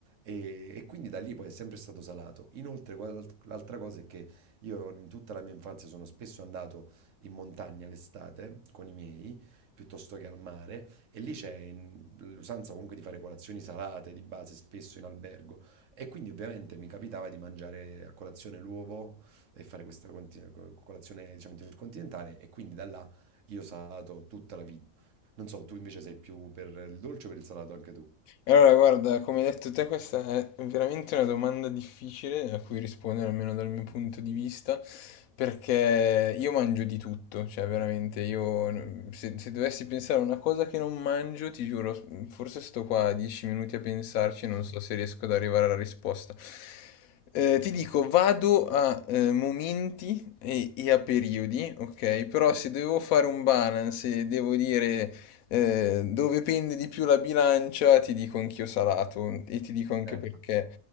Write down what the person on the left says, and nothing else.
Allora, guarda, come hai detto te, questa è veramente una domanda difficile a cui rispondere, almeno dal mio punto di vista, perché io mangio di tutto, cioè veramente io, se, se dovessi pensare a una cosa che non mangio, ti giuro, forse sto qua dieci minuti a pensarci e non so se riesco ad arrivare alla risposta. Eh, ti dico, vado a eh, momenti e, e a periodi, ok? Però se devo fare un balance e devo dire eh, dove pende di più la bilancia, ti dico anch'io salato e ti dico anche
perché.